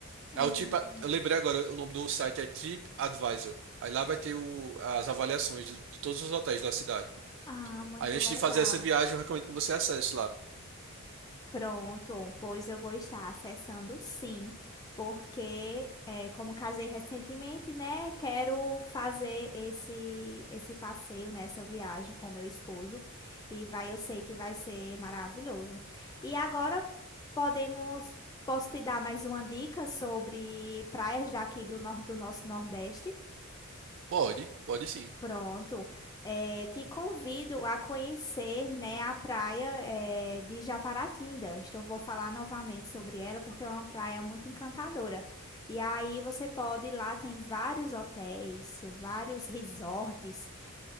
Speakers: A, on the left (about 15°); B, on the right (about 60°).
A: Hum.
B: É o tipo, eu lembrei agora, o nome do site é TripAdvisor. Aí lá vai ter o- as avaliações de, de todos os hotéis da cidade.
A: Ah, muito
B: Aí antes
A: legal.
B: de fazer essa viagem, eu recomendo que você acesse lá.
A: Pronto, pois eu vou estar acessando sim, porque é, como casei recentemente, né, quero fazer esse esse passeio, né, essa viagem com meu esposo e vai, eu sei que vai ser maravilhoso. E agora podemos, posso te dar mais uma dica sobre praias daqui do, nor do nosso Nordeste?
B: Pode, pode sim.
A: Pronto, Eh, te convido a conhecer, né, a praia, eh, de Japaratinga. Estou, vou falar novamente sobre ela porque é uma praia muito encantadora. E aí você pode ir lá, tem vários hotéis, vários resorts,